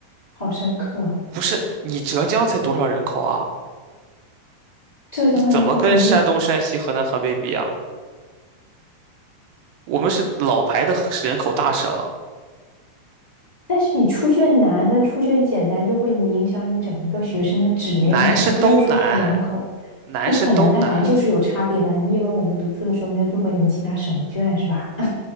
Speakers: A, on the left; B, on the right.
A: 好深刻啊
B: 不是，你浙江才多少人口啊？
A: 浙江的人口肯定
B: 你怎么跟山东、山西、河南、河北比啊？我们是老牌的人口大省，
A: 但是你出卷难跟出卷简单就会你影响你整个学生的质量啊，
B: 难是都难，
A: 它不是说是人口，
B: 难是都难。
A: 不可能，它难就是有差别的啊。你以为我们读书的时候没有做过你们其他省的卷是吧？